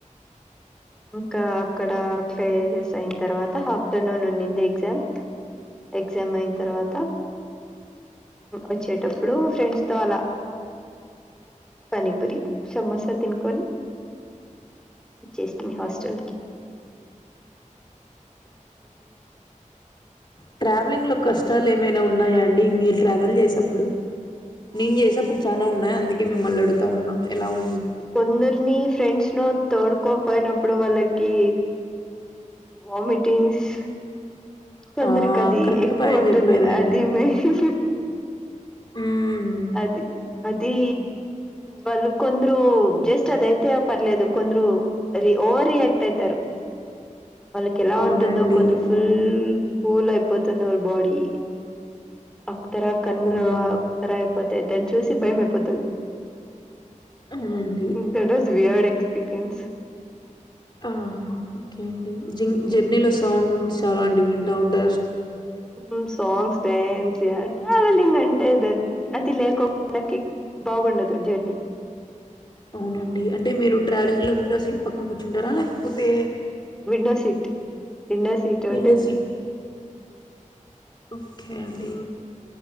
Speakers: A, in the centre; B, on the left.
A: ఇంకా అక్కడా క్లాసెస్ అయిన్ తర్వాత హఫ్టర్నూన్ ఉండింది ఎగ్జామ్ ఎగ్జామ్ అయిన్ తర్వాత వచ్చేటప్పుడు ఫ్రెండ్స్తో అలా పనీపురి, సమోసా తినుకొని వచ్చేస్ మీ హస్టల్కి
B: ట్రావెలింగ్లో కష్టాల్ ఏమైనా ఉన్నాయా అం అండి మీర్ ట్రావెల్ చేసప్పుడు నేన్ చేసప్పుడు చానా ఉన్నాయి అందుకే మిమ్మల్ని అడుతా ఉన్నా ఎలా ఉం
A: కొందర్ని ఫ్రెండ్స్నో తోడుకో పోయినప్పుడు వాళ్ళ కీ వామిటింగ్స్ కొందర్కది
B: ఆ! కరెక్ట్
A: ఎక్కువుంటుంది
B: పాయింట్ చెప్పారండి.
A: అది మెయిన్
B: హ్మ్.
A: అది అదీ వాళ్ కొందరు జస్ట్ అదైతే పర్లేదు కొందరు రి ఓవర్ రియాక్ట్ అయితరు. వాళ్ళకెలా
B: అవునండి.
A: ఉంటుందో కొందరు ఫుల్
B: ఆ!
A: కూల్ అయి పోతున్న వాళ్ళ బాడి అప్తరా కన్
B: అవునండి.
A: అప్సరా ఇయిపో తే దాన్ని చూసి భయమై పోతుం
B: అవునండి.
A: That as we heard experience
B: ఆహా ఓకే అండి. జ జర్నీలో సాంగ్స్ అంటివి వింటా ఉంటా
A: మ్ songs dance we are travelling అంటే దట్ అది లేకోకుండా కిక్ బాగుండదు జర్నీ
B: అవునండి అంటే మీరు ట్రావెలింగ్లో విండో సీట్ పక్కన్ కూర్చుంటారా లేక్పోతే
A: విండో సీట్ విండో సీట్
B: విండో
A: అంటే
B: సీట్ ఓకే అండి.